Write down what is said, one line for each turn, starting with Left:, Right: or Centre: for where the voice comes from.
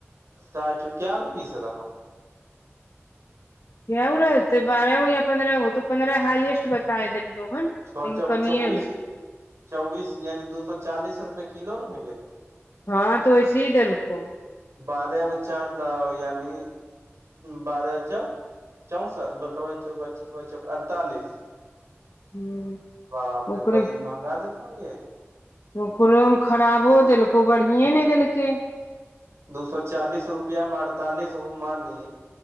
Right: साठ काई गो पीस रहो।
Left: काएगो रहे छै बारहगो या पन्द्रह गो तऽ पन्द्रह हाइएस्ट बताए देलियौ हन।
Right: छह
Left: लेकिन
Right: चौ के
Left: कमिये
Right: चौबीस
Left: होते
Right: - चौबीस यानि दू सौ चालीस रुपए किलो न होइ गेलौ।
Left: हाँ तऽ वैसिये देलको।
Right: बादे में चढलों यानी बारह चौक चौस बड़काबन चौक ब चौक -ब चौक अड़तालीस।
Left: ह
Right: बाप रे
Left: ओकरे
Right: बड़ी महंगा दलको गे।
Left: ओकरो में ख़राबों देलको बढ़िए ने देलकै।
Right: दू सौ चालीस रुपआ में अड़तालिस गो मानी